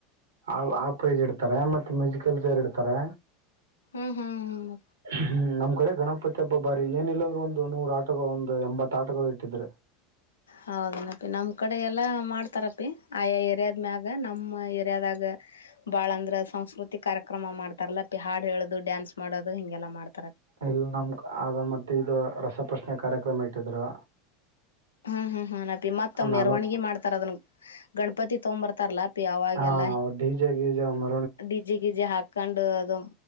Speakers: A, on the right; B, on the left.
A: ಆ ಆ ಪ್ರೈಜ್ ಇಡ್ತಾರೆ ಮತ್ತೆ ಮ್ಯೂಜಿಕಲ್ ಚೇರ್ ಇಡ್ತಾರೆ
B: ಹ್ಮ್ ಹ್ಮ್ ಹ್ಮ್
A: ಹ್ಮ ನಮ್ಮ ನಮ್ಮಕಡೆ ಗಣಪತಿ ಹಬ್ಬ ಬಾರಿ ಏನಿಲ್ಲಾಂದ್ರರು ಒಂದು ನೂರ ಆಟಗಳು ಒಂದು ಎಂಬತ್ ಆಟಗಳು ಇಟ್ಟಿದ್ರ
B: ಹೌದನಪಿ ನಮ್ ಕಡೆ ಎಲ್ಲಾ ಮಾಡ್ತಾರಪಿ ಆಯಾ ಏರಿಯಾದ್ಮ್ಯಾಗ ನಮ್ಮ್ ಏರಿಯಾದಾಗ ಬಾಳ ಅಂದ್ರ ಸಂಸ್ಕೃತಿ ಕಾರ್ಯಕ್ರಮ ಮಾಡ್ತಾರಲ್ಲ ಅಪ್ಪಿ ಹಾಡು ಹೇಳೋದು ಡ್ಯಾನ್ಸ್ ಮಾಡೋದು ಹಿಂಗೆಲ್ಲ ಮಾಡ್ತಾರ
A: ಇಲ್ಲ ನಮ ಅ ಮತ್ತೆ ಇದು ರಸಪಶ್ನೆ ಕಾರ್ಯಕ್ರಮ ಇಟ್ಟಿದ್ರು
B: ಹ್ಮ್ ಹ್ಮ್ ಹ್ಮ ಅಪಿ ಮತ್ತ ಮೆರವಣಗಿ
A: ನಲ್ವತ್ತು
B: ಮಾಡ್ತಾರ ಅದನ್ ಗಣಪತಿ ತಗ್ ಬರ್ತಾರಲ್ಲಾ ಅಪಿ ಅವಾಗೆಲ್ಲ
A: ಹಾ ಜಾಗಗೆ ಮ
B: ಡಿಜ್ಜೆ ಗಿಜ್ಜೆ ಹಾಕೊಂಡು ಅದು